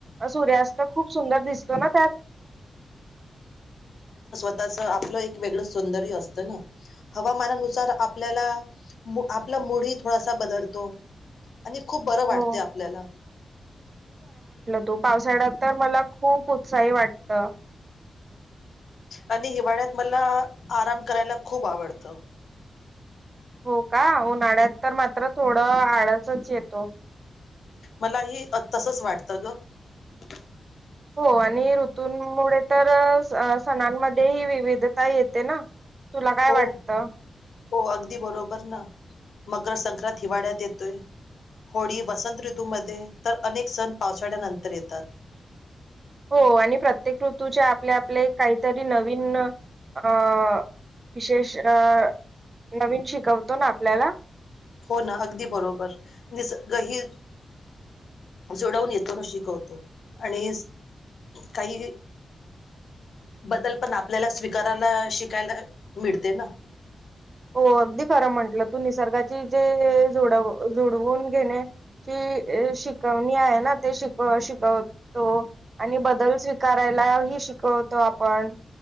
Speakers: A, on the right; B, on the left.
A: सूर्यास्त खूप सुंदर दिसतो ना त्यात.
B: कसं आपलं एक वेग सौंदर्य असत ना. हवामानानुसार आपल्याला मो आपलं ला मूड ही थडासा बदलतो.
A: <inaudible>
B: आणि खूप बरं वाटते
A: हो
B: आपल्याला.
A: तो पावसाळ्यात तर मला खूप उत्साही वाटत.
B: आणि हिवाळ्यात मला आराम करायला खूप आवडत.
A: हो का उन्हाळ्यात तर मात्र थोडं आळसच येतो.
B: मला ही तसच वाटतं ग.
A: हो आणि ऋतूमुळे तर सणांमध्ये ही विविधता येते ना. तुला काय
B: हो
A: वाटतं?
B: हो अगदी बरोबर ना. मकर संक्रांत हिवाळ्यात येतोय. होळी वसंत ऋतूमध्ये तर अनेक सण पावसाळ्यानंतर येतात.
A: हो आणि प्रत्येक ऋतूच्या आपले आपले काहीतरी नवीन अ विशेष अ नवीन शिकवतो ना आपल्याला.
B: हो ना अगदी बरोबर जसं ग ही जोडवून येतो ना शिकवतो आणि काही, बदल पण आपल्याला स्वीकारायला शिकायला मिळते ना.
A: हो अगदी खरं म्हंटलं तू निसर्गाची जेड जुडवून घेन्याची, शिकवणी आहे ना ते श शिकवतो आणि बदल स्वीकारायला ही शवतो आपण